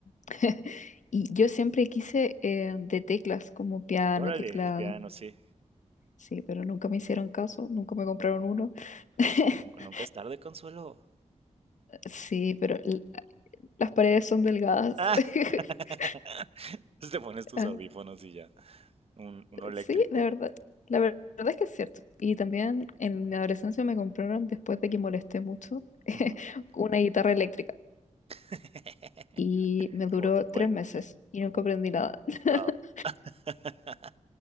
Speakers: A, on the left (about 80°); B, on the right (about 50°).
A: <laughs> y yo siempre quise eh, de teclas, como piano,
B: Órale,
A: teclado.
B: el piano, sí.
A: Sí, pero nunca me hicieron caso, nunca me compraron uno. <laughs>
B: Pues nunca, nunca es tarde, Consuelo.
A: Sí, pero l- las paredes son delgadas.
B: Ah,
A: <laughs>
B: <laughs> te pones tus
A: Ah,
B: audífonos y ya. Un, uno eléctrico.
A: Sí, la verdad. La ver- verdad es que es cierto. Y también en mi adolescencia me compraron, después de que molesté mucho, <laughs>
B: Ujú.
A: una guitarra eléctrica.
B: <laughs>
A: Y me duró
B: ¿Cómo te fue?
A: tres meses y
B: ¿Cómo?
A: nunca aprendí nada. <laughs>
B: Ah, <laughs>